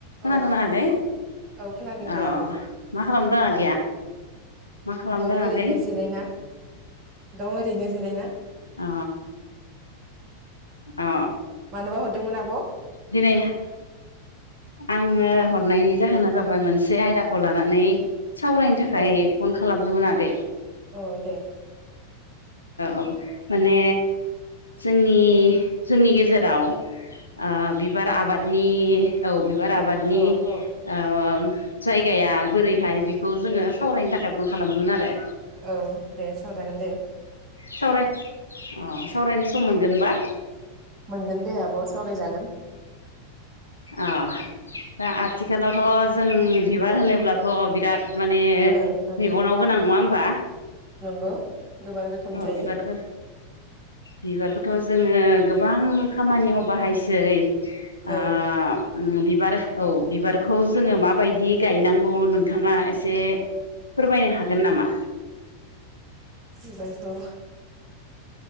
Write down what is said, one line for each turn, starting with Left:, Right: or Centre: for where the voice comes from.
Left: खोनादोंना
Right: औ
Left: आगै
Right: औ खोनादों
Left: अ
Right: दे आब'
Left: मा खालामदों आगैया मा खालामदों
Right: दं ओरैनो
Left: आगै
Right: जिरायना, दं ओरैनो जिरायना
Left: अ अ
Right: मानोबा हर दोंमोन आब?
Left: दिनै आङो हरनायनि जाहोना जाबाय मोन से आयदाखौ लानानै सावरायनो थाखाय
Right: औ
Left: फन खालामदोंमोन आ गै।
Right: औ दे
Left: ओ माने जोंनि जोंनि गेजेराव ओ बिबार आबादनि औ बिबार आबादनि
Right: औ औ
Left: ओ जायगाया बोरैहाय बेखौ जोङो सावरायनो थाखाय फन खालामदोंमोन आरो।
Right: औ दे सावरायजागोन दे
Left: सावराय अ, सावरायनो सम मोनगोनबा?
Right: मोनगोन दे आब' सावरायजागोन
Left: अ। दा आथिखालावथ जों बिबार होनोब्लाथ बिराद माने
Right: ओं ओं
Left: मेगनाव गोनां नङा होमबा?
Right: गौ। गोबां रोखोम
Left: औ
Right: थायो।
Left: बिबारखौ बिबारखौथ जोङो गोबां खामानियाव बाहायसै। आ
Right: औ
Left: उम बिबार औ बिबारखौ जोङो माबायदि गायनांगौ नोंथाङा एसे फोरमायनो हागोन नामा?
Right: बिबारखौ